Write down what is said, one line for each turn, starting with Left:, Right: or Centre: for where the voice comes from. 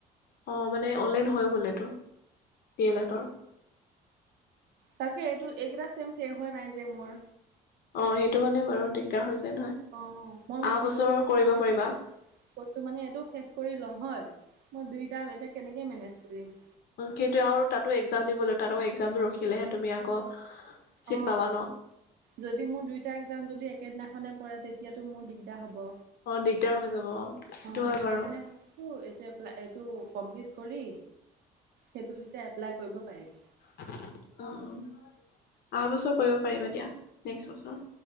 Left: অ মানে অনলাইন হৈ গল এইটো ডি এল এটৰ।
Right: তাকে এইটো এইকেইটা চেম শেষ হোৱা নাই যে মোৰ।
Left: অ সেইটো কাৰণে বাৰু দিগদাৰ হৈ যায় নহয়।
Right: অ মই
Left: অহা
Right: ভাবিলো
Left: বছৰ কৰিব
Right: মই মাহঁতক
Left: পাৰিবা
Right: ক'তটো মানে এইটো শেষ কৰি লওঁ হয় মই দুই টাই এতিয়া কেনেকৈ মেনেজ কৰিম।
Left: সেইটোয়ে আৰু তাতো একজাম দিব লাগে, তাতো একজাম ৰখিলেহে তুমি আকৌ চিট
Right: অ,
Left: পাবা ন
Right: যদি মোৰ দুইটা একজাম যদি একেদিনাখনে পৰে, তেতিয়াটো মোৰ দিগদাৰ হ'ব।
Left: অ, দিগদাৰ হৈ যাব অ, সেইটো
Right: অ'
Left: হয়
Right: সেইকাৰণে
Left: বাৰু।
Right: ভাবিছো এইটো এপ্লাই, এইটো কমপ্লিট কৰি, সেইটো তেতিয়া এপ্লাই কৰিব পাৰিম।
Left: অ, অ, অহা বছৰ কৰিব পাৰিবা দিয়া, নেক্সট বছৰ।